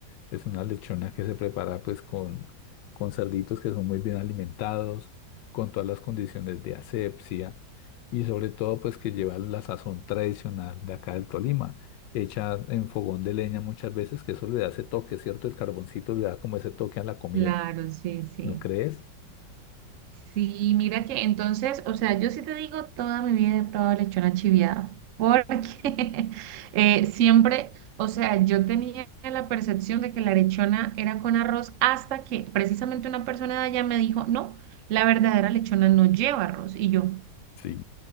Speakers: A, on the left; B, on the right.
A: Es una lechona que se prepara pues con, con cerditos que son muy bien alimentados, con todas las condiciones de asepsia y sobre todo pues que lleva la sazón tradicional de acá del Tolima, hecha en fogón de leña muchas veces, que eso le da ese toque, ¿cierto? El carboncito le da como ese toque a la comida,
B: Claro, sí, sí.
A: ¿no crees?
B: Sí, mira que entonces, o sea, yo sí te digo, toda mi vida he probado lechona chiviada, porque <laughs> eh, siempre, o sea, yo tenía la percepción de que la lechona era con arroz hasta que precisamente una persona de allá me dijo, no, la verdadera lechona no lleva arroz. Y yo,
A: Sí,